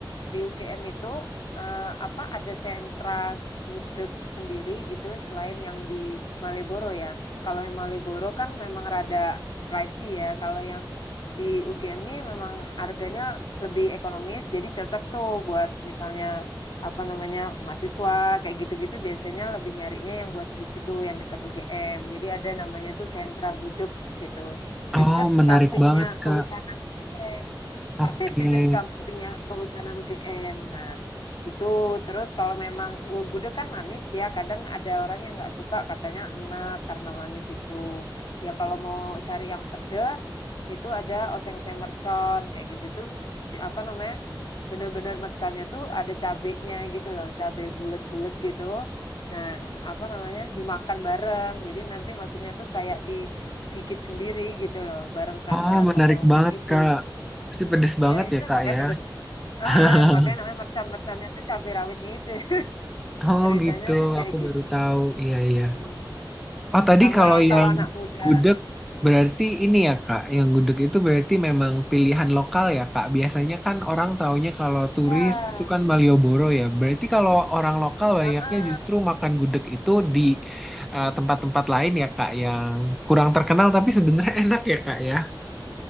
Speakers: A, on the left; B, in the centre.
A: Di UGM itu eh, apa ada sentra gudeg sendiri gitu selain yang di Maleboro ya. Kalau yang Maleboro kan memang rada pricey ya. Kalau yang di UGM ini memang harganya lebih ekonomis, jadi cocok tuh buat misalnya apa namanya mahasiswa kayak gitu-gitu biasanya lebih nyarinya yang buat di situ yang dekat UGM. Jadi ada namanya tuh sentra gudeg gitu. Dekat
B: Oh, menarik
A: sampingnya
B: banget Kak.
A: kehutanan U G M
B: Oke.
A: persis itu di sampingnya Kehutanan UGM. Nah, itu terus kalau memang gu- gudeg kan manis ya, kadang ada orang yang nggak suka katanya enak karena manis itu. Ya kalau mau cari yang pedas itu ada oseng-oseng mercon kayak gitu itu apa namanya? Bener-bener merconnya tuh ada cabenya gitu loh, cabe bulat-bulat gitu. Nah, apa namanya? Dimakan bareng. Jadi nanti maksudnya tuh kayak digigit sendiri gitu loh, bareng sama
B: Oh, menarik
A: oseng-osengnya
B: banget,
A: itu.
B: Kak. Pasti pedes
A: Iya
B: banget
A: itu
B: ya, Kak,
A: makanya
B: ya.
A: pedes. Ah,
B: <laughs>
A: makanya namanya mercon-merconnya tuh cabai rawitnya itu. <laughs>
B: Oh,
A: Ceritanya
B: gitu.
A: tuh kayak
B: Aku
A: gitu.
B: baru tahu. Iya, iya.
A: Hmm.
B: Oh, tadi
A: Sama
B: kalau
A: yang kalau
B: yang
A: anak muda.
B: gudeg berarti ini ya, Kak. Yang gudeg itu berarti memang pilihan lokal ya, Kak. Biasanya kan orang taunya kalau turis
A: Iya.
B: itu kan Malioboro ya. Berarti kalau orang lokal banyaknya
A: Heeh.
B: justru makan gudeg itu di eh, tempat-tempat lain ya, Kak, yang kurang terkenal tapi sebenarnya <laughs> enak ya, Kak, ya.